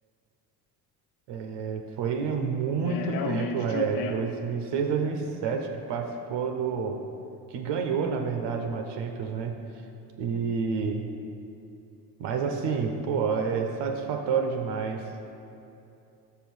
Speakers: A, on the right; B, on the left.
A: é, foi muito
B: É, realmente,
A: tempo, é
B: tinha um tempo.
A: 2006, sete, que participou do que ganhou, na verdade, uma Champions, né? E mas assim, pô, é satisfatório demais.